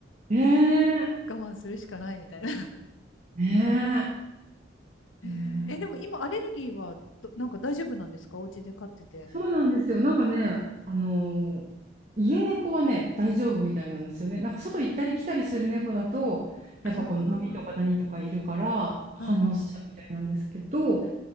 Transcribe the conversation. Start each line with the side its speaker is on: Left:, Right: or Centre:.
Right: ねえ。
Left: 我慢するしかないみたいな。
Right: ねえ。
Left: えーえでも今、
Right: うーん
Left: アレルギーはどなんか大丈夫なんですかお家で飼ってて。
Right: そうなんですよ。なんかね、あのー家猫はね、大丈夫みたいなんですよね。なんか外行ったり来たりする猫だと、やっぱこう、
Left: ああ、
Right: 飲みとか何とかいるから反応しちゃうみたいなんですけど、
Left: うんうんうん。